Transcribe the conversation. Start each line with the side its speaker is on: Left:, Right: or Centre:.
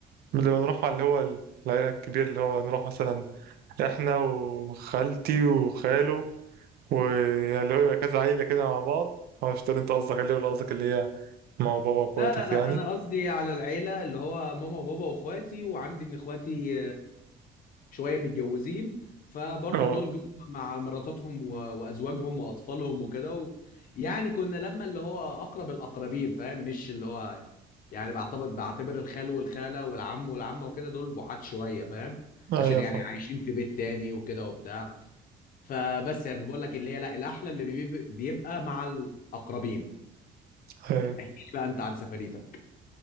Right: بنبقى نروح مع اللي هو ال- العيله الكبير اللي هو نروح مثلا احنا وخالتي وخاله ويعني اللي هو يبقى كذا عيله كده مع بعض معرفش انت قصدك اللي ولا قصدك اللي هي مع بابا واخواتك
Left: لا لا لا
Right: يعني
Left: انا قصدي على العيله اللي هو ماما وبابا واخواتي وعندي من اخواتي شويه متجوزين فبرضو
Right: اه
Left: دول جم مع مراتاتهم و- وازواجهم واطفالهم وكده و... يعني كنا لما اللي هو اقرب الاقربين فاهم مش اللي هو يعني بعتبر بعتبر الخال والخاله والعم والعمه وكده دول بعاد شويه فاهم
Right: ايوه
Left: عشان يعني عايشين في بيت تاني وكده وبتاع فبس يعني بقول لك اللي هي لا الاحلى اللي بيب- بيبقى مع الاقربين
Right: فاهم
Left: احكي لي بقى انت عن سفريتك